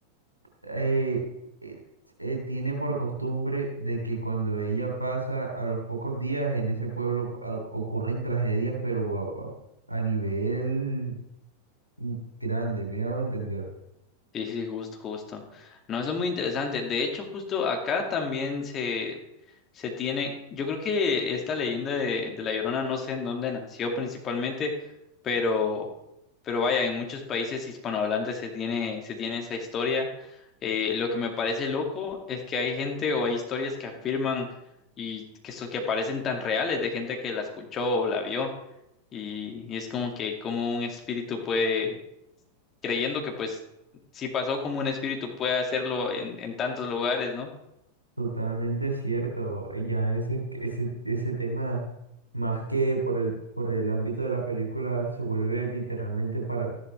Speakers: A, on the right; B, on the left.
A: eh, eh, eh, tiene por costumbre de que cuando ella pasa a los pocos días en ese pueblo pa- o- ocurren tragedias, pero a, a- a nivel mm, grande, me hago entender.
B: Sí, sí, justo, justo. No, eso es muy interesante. De hecho, justo acá también se, se tiene, yo creo que esta leyenda de, de La Llorona, no sé en dónde nació principalmente, pero, pero vaya, en muchos países hispanohablantes se tiene, se tiene esa historia. Eh, lo que me parece loco es que hay gente o hay historias que afirman y que, so- que parecen tan reales de gente que la escuchó o la vio. Y, y es como que como un espíritu puede creyendo que pues si pasó como un espíritu puede hacerlo en, en tantos lugares, ¿no?
A: Totalmente cierto. eh, Ya ese, ese, ese tema, más que por el, por el ámbito de la película, se vuelve literalmente para,